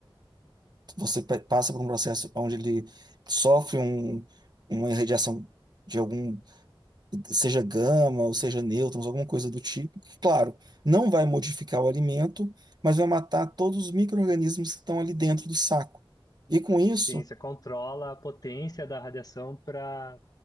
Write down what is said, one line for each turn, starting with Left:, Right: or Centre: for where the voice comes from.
Right: Você pa- passa por um processo onde ele sofre um, uma irradiação de algum, seja gama ou seja nêutrons, alguma coisa do tipo. Claro, não vai modificar o alimento, mas vai matar todos os micro-organismos que estão ali dentro do saco. E com isso,
Left: Sim, você controla a potência da radiação para